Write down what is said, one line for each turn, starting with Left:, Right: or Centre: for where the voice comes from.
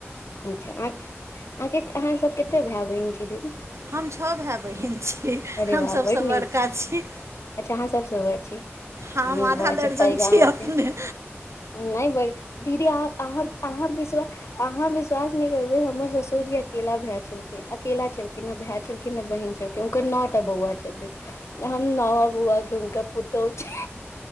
Left: अच्छा अहां अहां के अहां सब कते भाै बहिन छी दीदी।
Right: हम छ भेै बहिन छी
Left: अरे
Right: हम
Left: वाह
Right: सब
Left: बड
Right: सऽ बड़का
Left: नीक छै
Right: छी।
Left: अच्छा अहां सब स बङ छी
Right: हम
Left: नीक
Right: आधा
Left: बात
Right: दर्जन
Left: छैय पैग
Right: छी
Left: अहां
Right: अपने
Left: छियै। नहि बै दीदी अहां अहां अहां पिसबै। अहां विश्वास नहि करबैय हमर ससुर जी अकेला भेै छलखिन अकेला छलखिन है भै छलखिन। कि नहि बहीन छलखिन। हुनकर न टा बौआ छथिन हम नवा बौआ के हुनकर पुतोह छी।